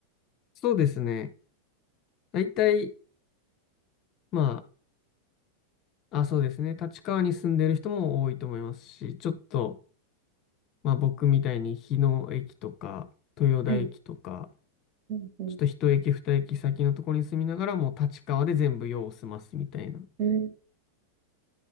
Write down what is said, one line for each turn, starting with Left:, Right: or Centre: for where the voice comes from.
Left: そうですね。だいたいまあ、あ、そうですね。立川に住んでる人も多いと思いますし、ちょっと、まあ僕みたいに日野駅とか、豊田駅とか、
Right: ね。はい。うん、うん。
Left: ちょっと一駅二駅先のところに住みながら、もう立川で全部用を済ますみたいな
Right: うん。い